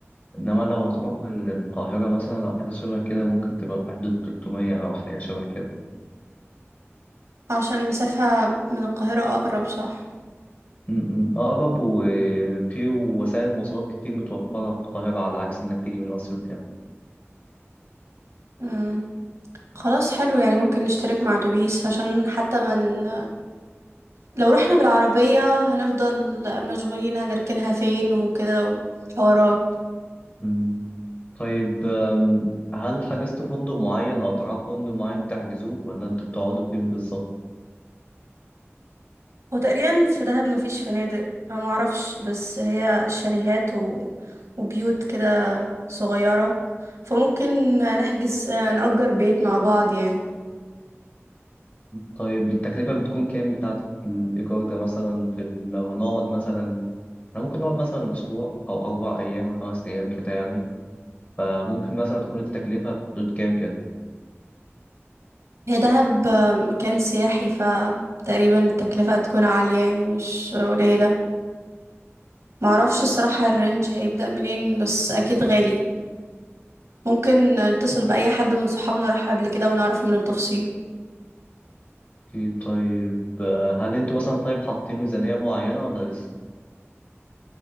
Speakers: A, on the left; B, on the right.
A: انما لو هتروح من القاهرة مثلا او حاجة شبه كده ممكن تبقى في حدود 300 او حاجة شبه كده
B: عشان المسافة من القاهرة اقرب صح
A: م- م. اقرب وفي وسائل المواصلات كتير متوفرة في القاهرة على عكس انك تيجي من اسيوط يعني
B: مم. خلاص حلو يعني ممكن نشترك مع اتوبيس عشان حتى من لو رحنا بالعربية هنفضل مشغولين هنركنها فين وكده وحوارات
A: م. طيب أم، هل حجزت فندق معين او تعرفوا فندق معين بتحجزوه ولا انتوا بتقعدوا فين بالظبط
B: هو تقريبا في دهب مفيش فنادق انا معرفش بس هي شاليهات و... وبيوت كده صغيرة فممكن نحجز نأجر بيت مع بعض يعني
A: طيب التكلفة بتكون كام بتاعة الإيجار ده مثلا في ال- لو هنقعد مثلا احنا ممكن نقعد مثلا أسبوع أو أربع أيام أو خمس أيام كده يعني فممكن مثلا تكون التكلفة في حدود كام كده؟
B: هي دهب مكان سياحي فتقريبا التكلفة هتكون عالية يعني مش قليلة معرفش الصراحة الرينج هيبدأ منين بس أكيد غالي ممكن نتصل بأي حد من صحابنا راح قبل كده ونعرف منه التفصيل
A: أوكي، طيب آه، هل انتوا مثلا طيب حاطين ميزانية معينة ولا لسه؟